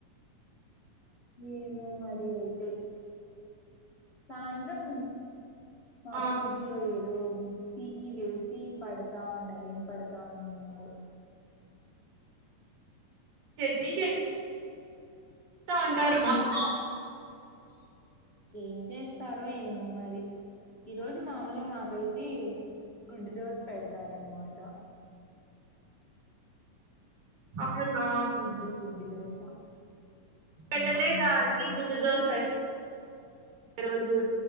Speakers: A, on the left (about 25°); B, on the right (about 85°).
A: ఏమో మరి అయితే సాయంత్రం మా
B: ఆ
A: పీజీలో ఏదో మిక్సీకి వేసి పడతా ఉండయి ఏం పడతా తా ఉన్నారు
B: చట్నీ చేస్త స్తా ఉంటారు మొత్తం
A: ఏం చేస్తారో ఏమో మరి ఈ రోజు మామలుగా మాకు కైతే గుడ్డు దోశ పెడతారనమాట
B: అవునా
A: గుడ్డు గుడ్డి దోశ
B: పెట్టలేదా
A: ఉమ్
B: అండి
A: అవును
B: గుడ్డు దోస ఈ రోజు